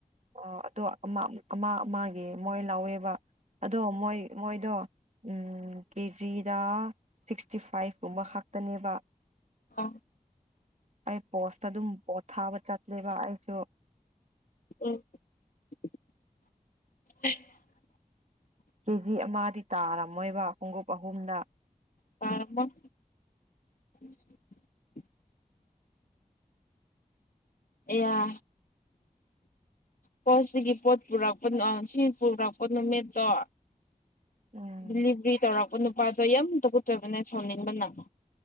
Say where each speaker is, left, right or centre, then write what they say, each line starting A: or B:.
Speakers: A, on the right (about 55°); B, on the left (about 75°).
A: ꯑꯣ ꯑꯗꯣ ꯑꯃ ꯑꯃ ꯑꯃꯒꯤ ꯃꯣꯏ ꯂꯧꯋꯦꯕ ꯑꯗꯣ ꯃꯣꯏ ꯃꯣꯏꯗꯣ ꯎꯝ ꯀꯦꯖꯤꯗ ꯁꯤꯛꯁꯇꯤ ꯐꯥꯏꯚ ꯀꯨꯝꯕ ꯍꯛ ꯇꯅꯦꯕ
B: ꯑ
A: ꯑꯩ ꯄꯣꯁꯇ ꯑꯗꯨꯝ ꯄꯣꯠ ꯊꯥꯕ ꯆꯠꯂꯦꯕ ꯑꯩꯁꯨ
B: ꯎꯝ <unintelligible>
A: ꯀꯦ ꯖꯤ ꯑꯃꯗꯤ ꯇꯥꯔꯝꯃꯣꯏꯕ ꯈꯣꯡꯎꯞ ꯑꯍꯨꯝꯅ
B: ꯇꯥꯔꯝꯃꯣꯏ <unintelligible> ꯑꯦꯌꯥ ꯀꯣ ꯁꯤꯒꯤ ꯄꯣꯠ ꯄꯨꯔꯛꯄ ꯅ ꯁꯤ ꯄꯨꯔꯛꯄ ꯅꯨꯃꯤꯠꯇꯣ
A: ꯎꯝ
B: ꯗꯤꯂꯤꯚꯔꯤ ꯇꯧꯔꯛꯄ ꯅꯨꯄꯥꯗꯣ ꯌꯥꯝ ꯇꯨꯀꯠꯆꯕꯅꯦ ꯁꯥꯎꯅꯤꯡꯕꯅ